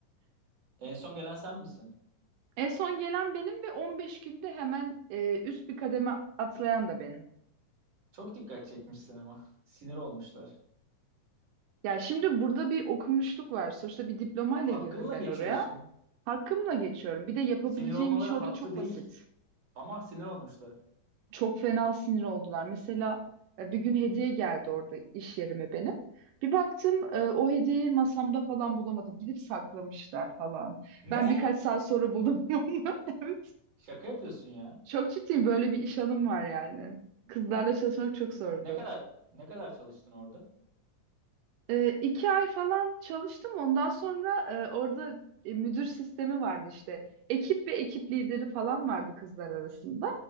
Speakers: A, on the right (about 50°); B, on the right (about 85°).
A: en son gelen sen misin?
B: En son gelen benim ve 15 günde hemen e, üst bir kademe atlayan da benim.
A: Çok dikkat çekmişsin ama. Sinir olmuşlar.
B: Ya şimdi burada bir okumuşluk var. Sonuçta bir diplomayla
A: Hakkınla
B: girdim ben
A: geçiyorsun.
B: oraya Hakkımla geçiyorum. Bir de yapabileceğim
A: Sinir olmaları
B: bir şey
A: haklı
B: orada çok
A: değil.
B: basit.
A: Ama sinir olmuşlar.
B: Çok fena sinir oldular. Mesela e, bir gün hediye geldi orada iş yerime benim. Bir baktım e, o hediyeyi masamda falan bulamadım. Gidip saklamışlar falan.
A: Ne?
B: Ben birkaç saat sonra buldum <laughs> onu. Evet.
A: Şaka yapıyorsun ya.
B: Çok ciddiyim böyle bir iş anım var yani. Kızlarla çalışmak çok zordu.
A: Ne kadar ne kadar çalıştın orada?
B: E, iki ay falan çalıştım. Ondan sonra e, orada e, müdür sistemi vardı işte. Ekip ve ekip lideri falan vardı kızlar arasında.